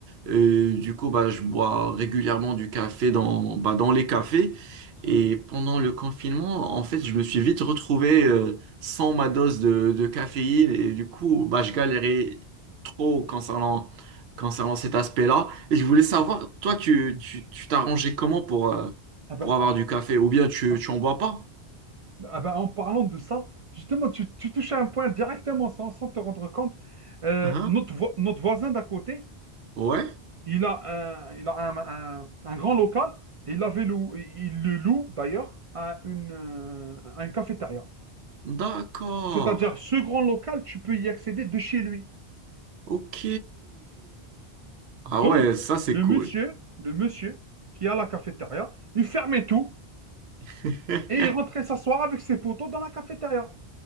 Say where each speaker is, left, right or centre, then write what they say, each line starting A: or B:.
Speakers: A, on the right; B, on the right.
A: Euh, du coup, bah, je bois régulièrement du café dans, bah, dans les cafés. Et
B: Mhm.
A: pendant le confinement, en fait, je me suis vite retrouvé euh, sans ma dose de, de caféine. Et du coup, bah, je galérais trop concernant, concernant cet aspect-là. Et je voulais savoir,
B: Mhm.
A: toi, tu,
B: <laughs>
A: tu, tu t'arrangeais comment pour, euh,
B: Ah
A: pour
B: bah,
A: avoir du café? Ou bien tu,
B: ah-
A: tu en bois pas?
B: ah bah, en parlant de ça, justement, tu, tu touches à un point directement sans, sans te rendre compte. Euh,
A: Mhm.
B: notre, vo- notre voisin d'à côté,
A: Ouais.
B: il a, un, il a un, un- un grand local et il avait lou- il le loue d'ailleurs à une, euh, à une cafétéria.
A: D'accord.
B: C'est-à-dire, ce grand local, tu peux y accéder de chez lui.
A: Ok. Ah
B: Donc,
A: ouais, ça c'est
B: le
A: cool.
B: monsieur, le monsieur qui a la cafétéria, il fermait tout.
A: <laughs>
B: Et il rentrait s'asseoir avec ses potos dans la cafétéria.